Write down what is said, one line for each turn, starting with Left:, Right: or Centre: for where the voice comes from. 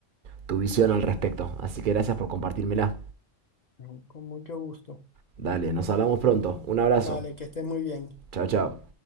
Right: tu visión al respecto. Así que gracias por compartírmela.
Left: No, Con mucho gusto.
Right: Dale, nos hablamos pronto. Un abrazo.
Left: Vale, que estés muy bien.
Right: Chao,
Left: Hasta
Right: chao.
Left: luego.